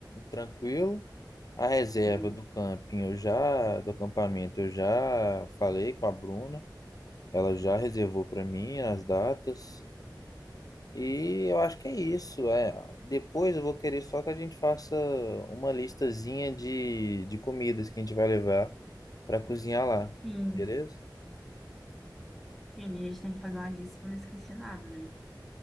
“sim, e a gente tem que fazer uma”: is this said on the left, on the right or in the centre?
Centre